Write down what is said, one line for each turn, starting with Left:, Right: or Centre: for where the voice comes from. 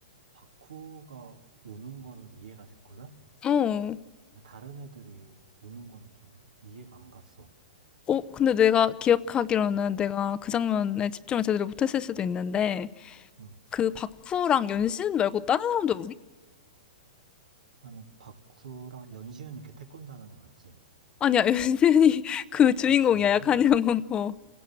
Right: 바쿠가 우는 거는 이해가 됐거든?
Left: 어.
Right: 근데 다른 애들이 우는 거는 좀 이해가 안 갔어.
Left: 어, 근데 내가 기억하기로는 내가 그 장면에 집중을 제대로 못했을 수도 있는데,
Right: 응.
Left: 그 박후랑 연신 말고 다른 사람도 우리?
Right: 아니, 바쿠랑 연시은이 걔 태권도 하는 애 맞지?
Left: 아니야, <laughs> 연신이 그 주인공이야,
Right: 아, 주인공아?
Left: 약한 영혼. 어.